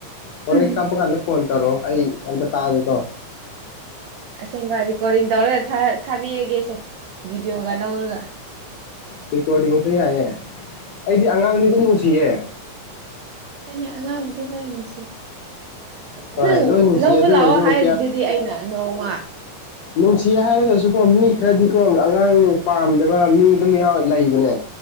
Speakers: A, on the left; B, on the right.
A: ꯍꯣꯔꯦꯟ
B: ꯎꯝ
A: ꯀꯄꯒꯥꯟꯗ ꯐꯣꯟ ꯇꯧꯔꯛꯑꯣ ꯑꯩ ꯑꯝꯇ ꯇꯥꯒꯦꯀꯣ
B: ꯑꯁꯦꯡꯕ ꯔꯦꯀꯣꯔꯗꯤꯡ ꯇꯧꯔꯒ ꯊꯥꯔ ꯊꯥꯕꯤꯔꯒꯦꯁꯦ ꯚꯤꯗꯤꯑꯣꯒ ꯂꯧꯔꯒ
A: ꯔꯀꯣꯔꯗꯁꯨ ꯌꯥꯌꯦ <unintelligible> ꯑꯩꯗꯤ ꯑꯉꯥꯡꯗꯤ ꯑꯗꯨꯝ ꯅꯨꯡꯁꯤꯌꯦ
B: ꯑꯅꯦ ꯑꯉꯥꯡꯕꯨꯗꯤ ꯂꯥꯏꯅꯨꯁꯤ <unintelligible>
A: ꯍꯣꯏ
B: ꯅꯪ
A: ꯂꯣꯏ ꯅꯨꯡꯁꯤꯌꯦ
B: ꯂꯧꯕ
A: ꯑꯗꯨ
B: ꯂꯥꯛꯑꯣ
A: ꯑꯣꯏꯔꯁꯨ
B: ꯍꯥꯏꯔꯤꯗꯨꯗꯤ ꯑꯩꯅ ꯅꯣꯡꯃ
A: ꯅꯨꯡꯁꯤ ꯍꯥꯏꯔꯒꯁꯨꯀꯣ ꯃꯤ ꯈꯔꯗꯤꯀꯣ ꯑꯉꯥꯡ ꯄꯥꯝꯗꯕ ꯃꯤ ꯑꯗꯨꯝ ꯌꯥꯎꯋ ꯂꯩꯕꯅꯦ